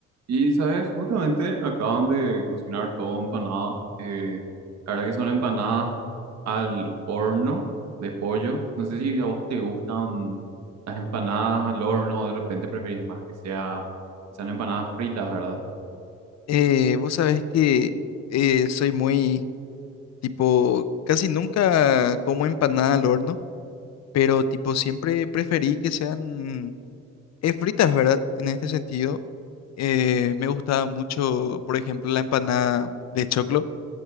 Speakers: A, on the right (about 60°); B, on the left (about 60°).
A: Y sabes, justamente acaban de cocinar todo empanada. eh, la verdad que son empanadas al horno de pollo. No sé si a vos te gustan las empanadas al horno o de repente preferís más que sea, que sean empanadas fritas, ¿verdad?
B: Eh, vos sabés que eh, soy muy, tipo, casi nunca como empanada al horno, pero tipo siempre preferí que sean eh, fritas, ¿verdad? En este sentido, eh, me gustaba mucho, por ejemplo, la empanada de choclo.